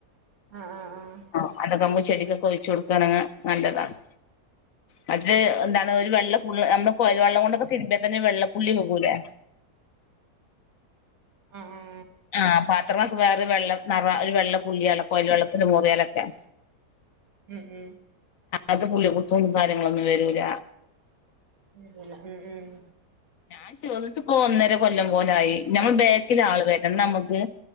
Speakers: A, on the right; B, on the left.
A: ആഹ് ആഹ് ആഹ്
B: ആഹ് അതൊക്കെകുമ്പോ ചെടിക്കൊക്കെ ഒഴിച്ചു കൊടുക്കണെങ്ക് നല്ലതാണ് മറ്റേ എന്താണ് ഒരു വെള്ളപ്പുള്ളി നമ്മുള് കൊയൽ വെള്ളം കൊണ്ടൊക്കെ തിരുമ്പിയ തന്നെ വെള്ളപ്പുള്ളി പോകൂലെ
A: ആഹ് ആഹ്
B: ആഹ് പാത്രങ്ങളൊക്കെ വേറെ വെള്ളം നെറാം ഒരു വെള്ള പുള്ളിയൊള്ളെ കൊയൽ വെള്ളത്തില് മോറിയാലൊക്കെ
A: ഉം ഉം
B: അത് പുള്ളി കുത്തും കാര്യങ്ങളൊന്നും വെരൂല
A: വീകുല ഉം ഉം
B: ഞാൻ ചെർന്നിട്ടിപ്പോ ഒന്നര കൊല്ലം പോലായി ഞമ്മൾ ബാക്കിലാള് വരണം ന്നമ്മക്ക്